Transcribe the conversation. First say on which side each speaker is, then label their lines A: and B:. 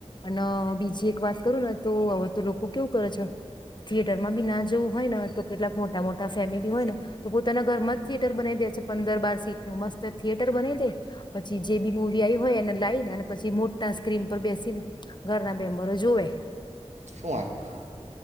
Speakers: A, on the left; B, on the right.
A: અને બીજી એક વાત કરું ને તો હવે તો લોકો કેવું કરે છે થિયેટર માં બી ના જોવું હોય ને તો કેટલાક મોટા મોટા ફેમિલી
B: હમ
A: હોય ને તો પોતાના ઘરમાં જ થિયેટર બનાવી દે છે પંદર બાર સીટ મસ્ત થિયેટર બની દે પછી જે બી મુવી આવી હોય એને લઈને અને પછી મોટા સ્ક્રીન પર બેસીને ઘરના બેમ્બરો જોવે
B: શું વાત કરો